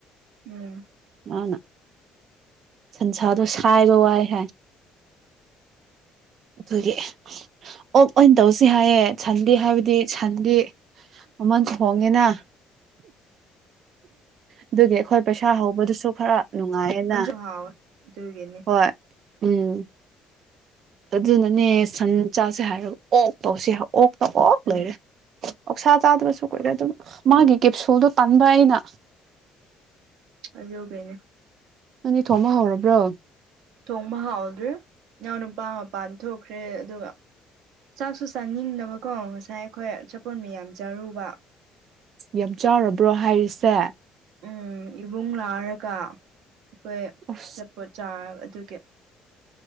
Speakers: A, on the right; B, on the right.
A: ꯎꯝ
B: ꯃꯥꯅ ꯁꯟꯁꯥꯗꯣ ꯁꯥꯏꯕ ꯋꯥꯏ ꯍꯥꯏ ꯑꯗꯨꯒꯤ ꯑꯣꯛ ꯑꯣꯏꯟ ꯇꯧꯁꯤ ꯍꯥꯏꯌꯦ ꯁꯟꯗꯤ ꯍꯥꯏꯕ ꯗꯤ ꯁꯟꯗꯤ ꯃꯃꯟꯁꯨ ꯍꯣꯡꯉꯦꯅ ꯑꯗꯨꯒꯤ ꯑꯩꯈꯣꯏ ꯄꯩꯁꯥ ꯍꯧꯕꯗꯨꯁꯨ ꯈꯔ ꯅꯨꯡꯉꯥꯏꯌꯦꯅ
A: ꯅꯪꯁꯨ ꯍꯥꯎꯋꯦ ꯑꯗꯨꯒꯤꯅꯤ
B: ꯍꯣꯏ ꯎꯝ ꯑꯗꯨꯅꯅꯦ ꯁꯟ ꯆꯥꯁꯦ ꯍꯥꯏꯔꯒ ꯑꯣꯛꯇꯧꯁꯦ ꯑꯣꯛꯇ ꯑꯣꯛ
A: ꯎꯝ
B: ꯂꯩꯔꯦ ꯑꯣꯛꯁꯥ ꯆꯥꯗꯕꯁꯨ ꯀꯨꯏꯔꯦ ꯑꯗꯨꯝ ꯃꯥꯒꯤ ꯀꯦꯞꯁꯨꯜꯗꯨ ꯇꯟꯕ ꯑꯩꯅ
A: ꯑꯗꯨꯒꯤꯅꯦ
B: ꯅꯪꯗꯤ ꯊꯣꯡꯕ ꯍꯧꯔꯕ꯭ꯔꯣ
A: ꯊꯣꯡꯕ ꯍꯥꯎꯗ꯭ꯔꯤ ꯏꯅꯥꯎ ꯅꯨꯄꯥ ꯃꯄꯥꯟ ꯊꯣꯛꯈ꯭ꯔꯦ ꯑꯗꯨꯒ ꯆꯥꯛꯁꯨ ꯆꯥꯅꯤꯡꯗꯕꯀꯣ ꯉꯁꯥꯏ ꯑꯩꯈꯣꯏ ꯑꯆꯥꯄꯣꯠ ꯃꯌꯥꯝ ꯆꯥꯔꯨꯕ
B: ꯌꯥꯝ ꯆꯥꯎꯔꯕ꯭ꯔꯣ ꯍꯥꯏꯔꯤꯁꯦ
A: ꯎꯝ ꯏꯕꯨꯡ <unintelligible> ꯑꯩꯈꯣꯏ
B: ꯑꯨꯁ
A: ꯑꯆꯥꯄꯣꯠ ꯆꯥ ꯑꯗꯨꯒꯤ